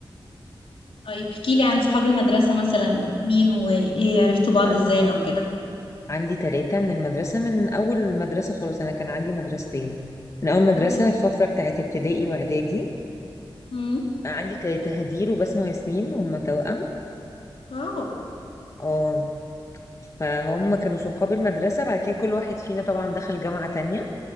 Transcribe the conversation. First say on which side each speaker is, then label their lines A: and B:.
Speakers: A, on the left; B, on the left.
A: طيب احكيلي عن صحاب المدرسة مثلا مين وايه عرفتوا بعض
B: عندي
A: ازاي أو كده
B: عندي ثلاثة من المدرسة من أول المدرسة خلاص أنا كان عندي مدرستين من أول مدرسة
A: تمام
B: الفترة بتاعت ابتدائي وإعدادي
A: امم
B: عندي ثلاثة هدير وبسمة وياسمين هما توأم
A: واو
B: اه فهم كانوا صحاب المدرسة بعد كده كل واحد فينا طبعا دخل جامعة تانية